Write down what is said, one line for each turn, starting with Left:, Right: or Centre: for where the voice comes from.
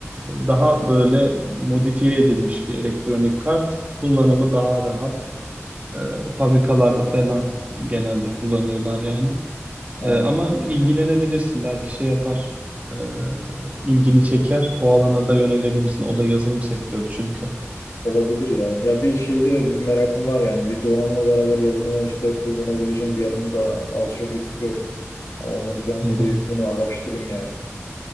Right: daha böyle modifiye edilmiş bir elektronik kart. Kullanımı daha rahat. E, fabrikalarda falan genelde kullanıyorlar yani.
Left: Aa,
Right: Ee, ama ilgilenebilirsin belki şey yapar. Ee, ilgini çeker. O alana da yönelebilirsin. O da yazılım sektörü çünkü.
Left: olabilir ya. Ya bir şeyde bir merakım var yani. Bir donanımla beraber yazılımı işte kullanabileceğim bir alanı da az çok istiyorum. Ha, Olmadı ben
Right: Hı
Left: de bir
Right: hı,
Left: bunu araştırayım yani.